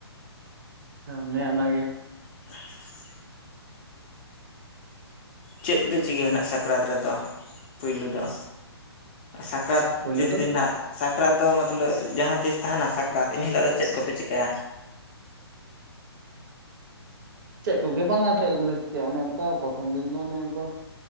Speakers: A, on the right; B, on the left.
A: ᱚᱱᱮ ᱚᱱᱟ ᱜᱮ
B: <inaudible> ᱪᱮᱫ ᱯᱮ ᱪᱤᱠᱟᱹᱭᱟ ᱱᱷᱟᱜ ᱥᱟᱠᱨᱟᱛ ᱨᱮᱫᱚ ᱯᱩᱭᱞᱩ ᱫᱚ ᱥᱟᱠᱨᱟᱛ
A: ᱯᱳᱭᱞᱳ
B: ᱛᱤᱥ
A: ᱫᱚ
B: ᱫᱤᱱ ᱦᱟᱜ ᱥᱟᱠᱨᱟᱛ ᱫᱚ ᱢᱚᱛᱞᱚᱵ ᱡᱟᱦᱟᱸ ᱛᱤᱥ ᱛᱟᱦᱮᱱᱟ ᱥᱟᱠᱨᱟᱛ ᱮᱱᱮ ᱦᱤᱞᱚᱜ ᱫᱚ ᱪᱮᱫ ᱠᱚᱯᱮ ᱪᱤᱠᱟᱹᱭᱟ
A: ᱪᱮᱫ ᱠᱚᱜᱮ ᱵᱟᱝᱟ ᱪᱮᱫ ᱠᱚᱞᱮ ᱪᱤᱠᱟᱹᱭᱟ ᱚᱱᱮ ᱚᱱᱠᱟ ᱯᱨᱚᱛᱷᱚᱢ ᱫᱤᱱ ᱫᱚ ᱚᱱᱮ ᱚᱱᱠᱟ